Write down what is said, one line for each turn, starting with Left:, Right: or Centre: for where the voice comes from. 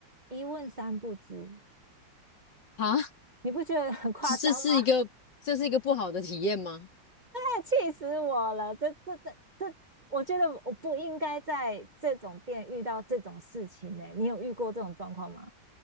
Right: 一问三不知，
Left: 啊，
Right: 你不觉得很夸张吗？
Left: 这这是一个这是一个不好的体验吗？
Right: 太气死我了！这这这这，我觉得我不应该在这种店遇到这种事情呢、欸你有遇过这种状况吗？